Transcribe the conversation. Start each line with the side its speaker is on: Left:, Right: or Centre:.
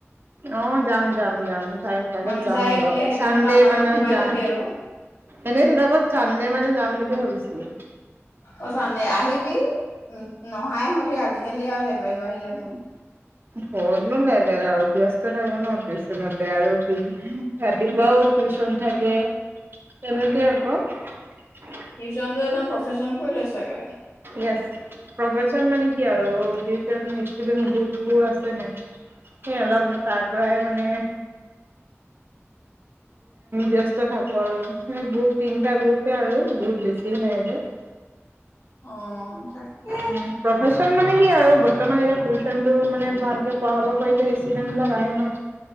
Right: অ যাম যাম যাম। টাইম পালে
Left: নামচাই
Right: যাম ৰ,
Left: গ'লে সেইপিনৰ
Right: চানডে
Left: পৰা আমাৰ
Right: মানত
Left: ঘৰত সোমাই
Right: যাম,
Left: যাবি আৰু
Right: এনেই তোৰ লগত চানডে মানে যাম বুলি ভাবিছিলো।
Left: অ চানডে আহিবি উ নহাই হলে আজিকালি আৰু লেবেল বাঢ়িলে তোৰ।
Right: কতনো লেবেল আৰু ব্যস্ত থাকো ন টিউচনতে আৰু ৰাতিপুৱাও টিউচন থাকে, তেনেকে আকৌ।
Left: টিউচনটো একদম প্ৰফেশচন কৰি লৈছো একেবাৰে।
Right: এছ, প্ৰফচন মানে কি আৰু টিউচন ষ্টুডেন্ট গ্ৰুপবোৰ আছে ন, সেই অলপ তাৰ পৰাই মানে। ব্যস্ত থাকো আৰু গ্ৰুপ তিনিটা গ্ৰুপে আৰু বহুত বেছি নাই যে।
Left: অ তাকে।
Right: উম, প্ৰফেচন মানে কি আৰু বৰ্তমান টিউচন টো মানে ভালেকে পঢ়াব পাৰিলেই আহে ন। <unintelligible>